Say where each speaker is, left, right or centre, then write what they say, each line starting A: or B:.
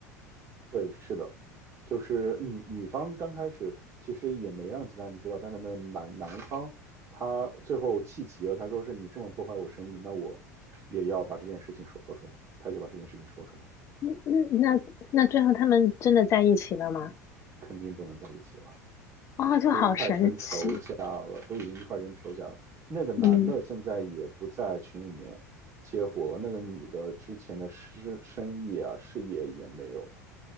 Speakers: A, on the right; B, on the left.
A: 对，是的，就是女女方刚开始其实也没让其他人知道，但是那男男方他最后气急了，他说是你这么破坏我生意，那我也要把这件事情说出来，他就把这件事情说出来了
B: 嗯嗯，那那最后他们真的在一起了吗？
A: 肯定不能在一起了，
B: 哦，就好神奇。
A: 都快成仇家了，都已经快成仇家了。那个男的现在也不在群里面接活了，
B: 嗯
A: 那个女的之前的生生意啊事业也没有了，